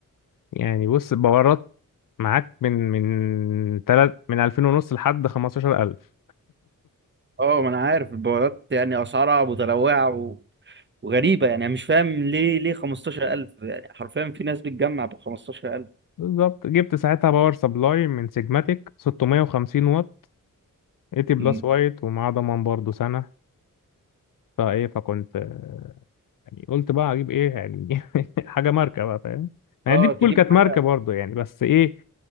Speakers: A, on the left; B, on the right.
A: يعني بص باورات معاك من من تلت من 2000 ونص لحد 15000
B: اه ما انا عارف البوابات يعني اسعارها متنوعه و- وغريبه يعني انا مش فاهم ليه ليه 15000 يعني حرفيا في ناس بتجمع ب 15000
A: بالظبط جبت ساعتها باور سبلاي من سيجماتيك 650 واط 80
B: م.
A: بلس وايت ومعاه ضمان برضه سنة فايه فكنت آه، يعني قلت بقى اجيب ايه يعني <laughs> حاجة ماركة بقى فاهم يعني
B: اه
A: دي كول
B: تجيب
A: كانت ماركة
B: حاجه
A: برضه يعني بس ايه